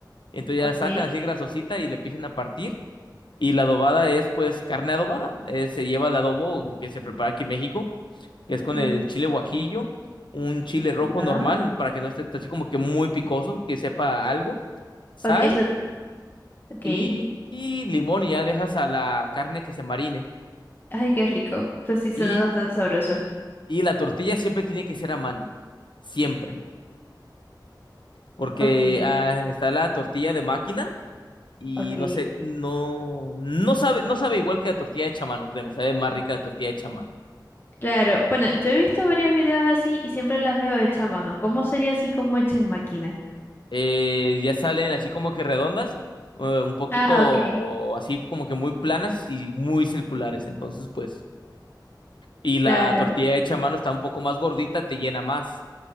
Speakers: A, on the left; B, on the left.
A: Entonces
B: ok.
A: ya la sacan así grasosita y le empiezan a partir. Y la adobada es pues carne adobada. Eh, se lleva el adobo que se prepara aquí en México, que es con
B: Okay.
A: el chile guajillo, un chile rojo
B: Ah,
A: normal para que no esté así como que muy picoso, que sepa a algo, sal
B: ok, eso, ok.
A: y, y limón y ya dejas a la carne que se marine.
B: Ay, qué rico. Esto sí suena
A: Y,
B: bastante sabroso.
A: y la tortilla siempre tiene que ser a mano, siempre, porque
B: Ok,
A: ah, está la tortilla de máquina y
B: ok.
A: no sé, no, no sabe, no sabe igual que la tortilla hecha a mano, créeme, sabe más rica la tortilla hecha a mano.
B: Claro, bueno, yo he visto varios videos así y siempre las veo hechas a mano. ¿Cómo sería así como hecha en máquina?
A: Eh, ya salen así como que redondas, eh, un poquito
B: Ah, ok,
A: así como que muy planas y muy circulares, entonces pues, y la
B: claro.
A: tortilla hecha a mano está un poco más gordita, te llena más.